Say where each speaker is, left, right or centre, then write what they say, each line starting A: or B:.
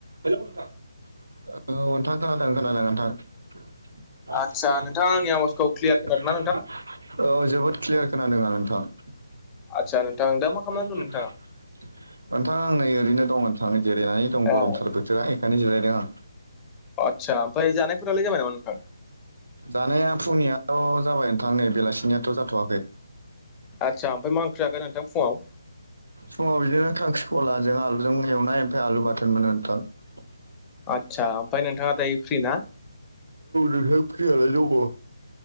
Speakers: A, on the right; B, on the left.
A: हेलौ नोंथां औ नोंथां खोनादों खोनादों नोंथां।
B: आदसा
A: आतसा
B: नोंथाङा
A: नोंथां आंनि आवाजखौ ख्लेयार
B: क्लियार खोनादों
A: खोनादोंना
B: ना
A: नोंथां? औ जोबोद क्लियार खोनादों आरो नोंथां आतसा
B: आदसा
A: नोंथां
B: दा
A: दाबो
B: मा खालामनानै दं नोंथाङा
A: <unintelligible> नोंथां आं नै ओरैनो दं नोंथां जिरायनानै दं
B: अ
A: गरमथार बोथोरा बेखायनो जिरायदों आं।
B: आतसा ओमफिय जानायफोरालाय जाबाय नामा नोंथां?
A: जानाया फुंनियाथ' जाबाय नोंथां नै बेलासिनियाथ' जाथ'वाखै‌‌।
B: आदसा ओमफ्राय मा ओंख्रि जाखो नोंथां फुङाव?
A: समाव बिदिनो खांख्रिखलाजों आलुजों एवनाय ओमफ्राय आलु बाथोन आरो नोंथां‌‌। औ
B: आदसा ओमफ्राय नोंथाङा दायो फ्रि ना
A: नोंथां फ्रियालाय दङ।